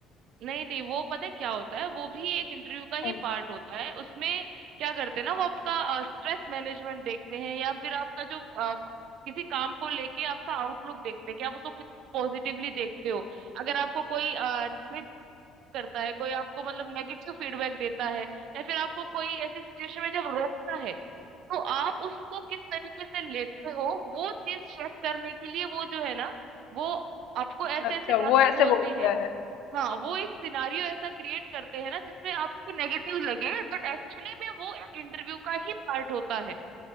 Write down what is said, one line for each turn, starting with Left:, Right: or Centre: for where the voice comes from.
Right: नहीं नहीं वो पता है क्या होता है वो भी एक इंटरव्यू का ही
Left: हम्म।
Right: पार्ट होता है उसमें क्या करते हैं ना वो आपका स्ट्रेस मैनेजमेंट देखते हैं या फिर आपका जो अ, किसी काम को लेके आपका आउटलुक देखते हैं कि आप उसको कितना पॉजिटिवली देखते हो अगर आपको कोई ट्रिक करता है कोई आपको मतलब नेगेटिव फीडबैक देता है या फिर आपको कोई ऐसी सिचुएशन में जब रोकता है तो आप उसको किस तरीके से लेते हो वो चीज चेक करने के लिए वो जो है ना वो आपको ऐसे
Left: अच्छा
Right: ऐसी बातें
Left: वो ऐसे
Right: बोलते
Left: बोलता
Right: हैं
Left: है
Right: हाँ वो एक सिनारियो ऐसा क्रिएट करते हैं ना जिसमें आपको नेगेटिव लगे बट एक्चुअली में वो एक इंटरव्यू का ही पार्ट होता है